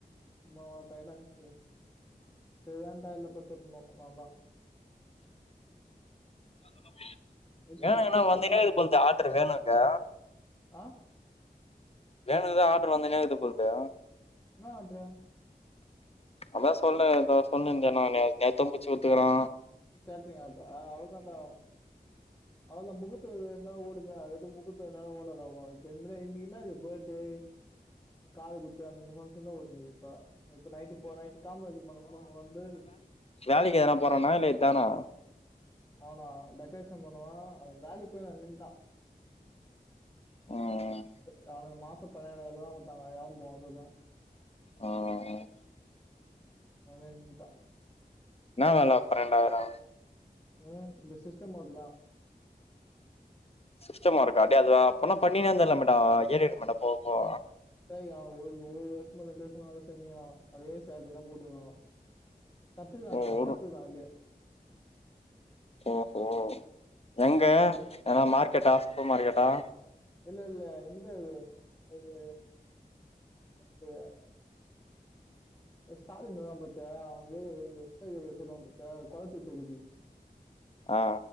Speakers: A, on the left; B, on the left.
A: சும்மாவா டயர்ட் ஆயிடுச்சு செரியான டயர்ட்ல பாடுத்துருந்தோ நல்லா
B: வேணுக்கு
A: நிச்சயமா நல்லா
B: என்னா
A: தான்
B: வந்துகினே
A: தூங்குவோம்.
B: இருக்கு போலது ஆர்டர் வேணுக்கு
A: ஆ
B: வேணுக்குதா ஆர்டர் வந்துகினே இருக்குது போலதே
A: என்ன ஆர்டரு
B: அதா சொல்னு எதோ சொல்னுருந்தியேனா நே நேத்தும் புடிச்சு குடுத்துக்குறா
A: கேட்டரிங் ஆர்டரா அவ்ளோதாண்டா அதெல்லா முகூர்த்த தேதியாருந்தா ஓடுமே அதது முகூர்த்த இல்லன்னா ஓடாது அவ்ளோவா இதோமேரி இன்னைக்கி என்னாது பர்த்டே காதுகுத்து அந்தமேரி ஃபங்க்ஷன்தா ஓடினுருக்குது இப்ப இப்ப நைட்டு போ நைட்டு காமராஜர் மண்டபமா வந்து
B: வேலைக்கி எதனா போறானா இல்ல இதானா
A: அவனா டெக்கரேஷன் பண்ணுவா, வேலைக்கி போயிருந்தா நின்னுட்டா
B: ம்
A: ச அவனுக்கு மாச பதினாராயிரூபாதா குடுத்தாங்க ஏ போவனு சொல்லு
B: ம்
A: அவனே நின்ட்டா
B: என்னா வேல பன்னெண்டாயிரொ
A: ம் இந்த சிஸ்டம் ஒர்க்குதா
B: சிஸ்டம் ஓர்க்கா, டேய் அது அப்பனா பண்ணினே இருந்துற்லாமேடா ஏறிடுமேடா போவ போவ
A: டேய், அவ ஒரு ஒரு வருஷமோ ரெண்டு வருஷமோ வேல செஞ்சிக்றா அவ அதே சேலரிதா போட்டுக்குறாங்க கத்துக்கலான்டா
B: ஓ
A: அவ
B: ஒரு
A: கத்துக்கலா அதுலயே
B: ஓஹோ எங்க
A: அது
B: எதனா மார்க்கெட்டா சூப்பர் மார்க்கெட்டா
A: இல்ல இல்ல இந்த இது இது இது ஸ்டாலின் வருவா பாத்தியா அவ ஏரியா ஒரு எந்த ஏரியா சொல்லுவா பாத்தியா கொளத்தூர் தொகுதி
B: ஆ